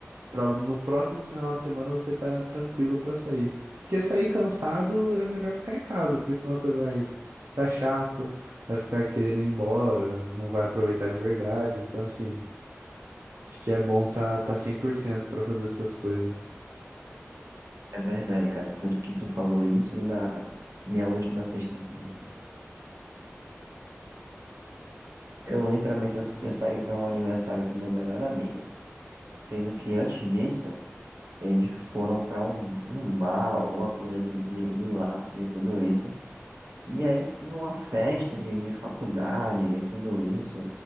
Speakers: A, on the right; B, on the right.
A: pra no próximo final de semana você tá tranquilo pra sair. Porque sair cansado é melhor ficar em casa, porque senão você vai ficar chato, vai ficar querendo ir embora, não vai aproveitar de verdade. Então, assim, acho que é bom tá, tá 100% pra fazer essas coisas.
B: é verdade, cara, tanto que tu falou isso e na minha última sexta-feira, eu literalmente, eu, eu saí para um aniversário do meu melhor amigo, sendo que antes disso, Eles foram para um, um bar, alguma coisa do, de, de lá, de tudo isso. E aí tinha uma festa de, de faculdade, de tudo isso.